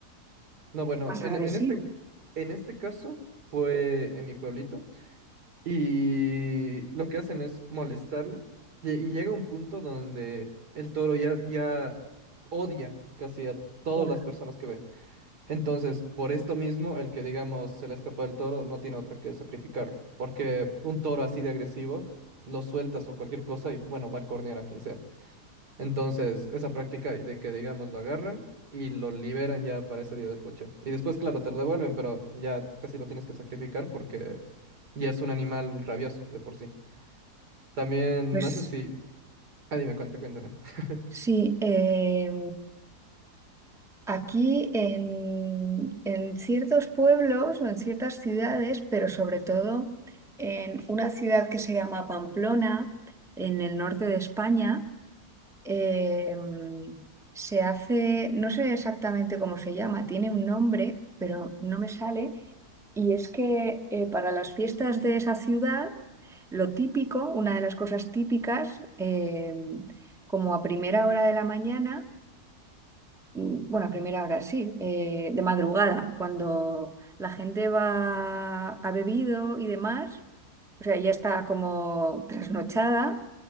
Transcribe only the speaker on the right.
No, bueno,
en,
en este, c- en este caso fue en mi pueblito y lo que hacen es molestarle y, y llega un punto donde el toro ya, ya odia casi a todas
las personas que ve. Entonces, por esto mismo, el que digamos se le escapa el toro no tiene otra que sacrificarlo, porque un toro así de agresivo lo sueltas o cualquier cosa y bueno, va a cornear a quien sea. Entonces, esa práctica de que, digamos, lo agarran y lo liberan ya para ese día del coche. Y después, claro, te lo devuelven, pero ya casi lo tienes que sacrificar porque ya es un animal rabioso de por sí. También,
no sé si... Ah, dime, cuenta, cuéntame. <laughs>